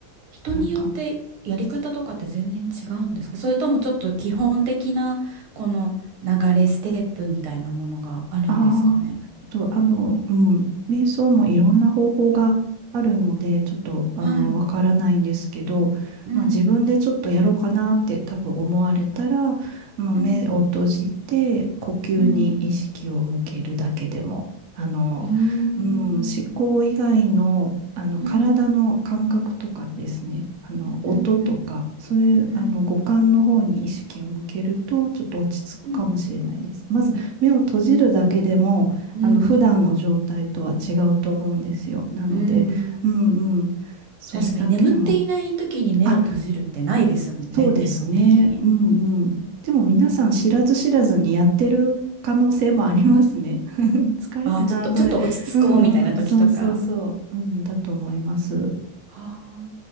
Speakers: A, on the right (about 75°); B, on the right (about 60°).
A: 人によってやり方とかって全然違うんですかそれともちょっと基本的なこの流れステップみたいなものがあるんですかね
B: なんかああ、と、あの、うん、瞑想もいろんな方法があるので、ちょっと、あの、
A: はい。
B: わからないんですけど、
A: うん。
B: まあ、自分でちょっとやろうかなって多分思われたら、まあ、
A: うん。
B: 目を閉じて、呼吸に意識を向けるだけでも、
A: うん。
B: あの、
A: うーん。
B: うん、思考以外の、あの、
A: うん。
B: 体の感覚とかですね、あの、音とか、
A: うん。うん。
B: そういう、
A: うん。
B: あの、五感の方に意識を向けると、ちょっと落ち着くかもしれないです。
A: うん。
B: まず目を閉じるだけでも、
A: うん。
B: あの、普段の状態とは違うと思うんですよ。なので、
A: うん。
B: うんうん。それだけでも、
A: 確かに眠っていない時に目を閉じるってないですもんね、
B: あ、そうですね。
A: 基本的に。
B: うんうん。でも皆さん知らず知らずにやってる可能性もありますね。<laughs> 疲れたなぁとね。
A: ああ、ちょっと、ちょっと落ち着こうみたいな時とか。
B: うんうん。そうそうそう。うん、だと思います。
A: はあ